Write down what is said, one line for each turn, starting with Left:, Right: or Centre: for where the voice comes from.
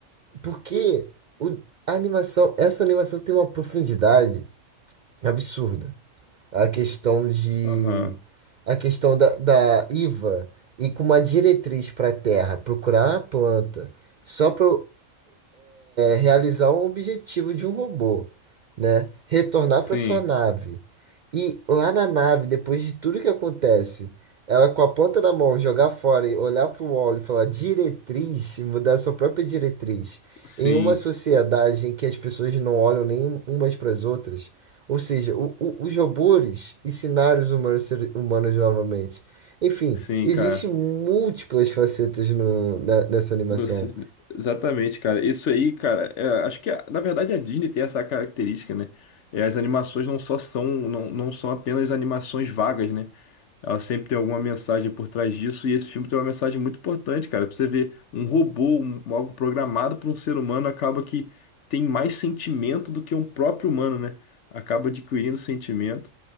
Right: Porque o- a animação, essa animação tem uma profundidade absurda a questão de
Left: Aham.
Right: a questão da, da IVA e com uma diretriz para a terra procurar a planta só para realizar um objetivo de um robô, né? Retornar
Left: Sim,
Right: para sua nave. E lá na nave, depois de tudo que acontece, ela com a planta na mão, jogar fora e olhar para o óleo e falar diretriz, e mudar sua própria diretriz.
Left: sim,
Right: Em uma sociedade em que as pessoas não olham nem umas para as outras, ou seja, o- o- os robôs ensinaram os humanos, ser- humanos novamente. Enfim,
Left: sim,
Right: existem
Left: cara.
Right: múltiplas facetas no- na- nessa animação.
Left: Nossa, exatamente, cara. Isso aí, cara, é, acho que na verdade a Disney tem essa característica, né? É, as animações não só são, não, não são apenas animações vagas, né? Ela sempre tem alguma mensagem por trás disso, e esse filme tem uma mensagem muito importante, cara. Pra você ver, um robô, um- algo programado por um ser humano, acaba que tem mais sentimento do que um próprio humano, né? Acaba adquirindo sentimento.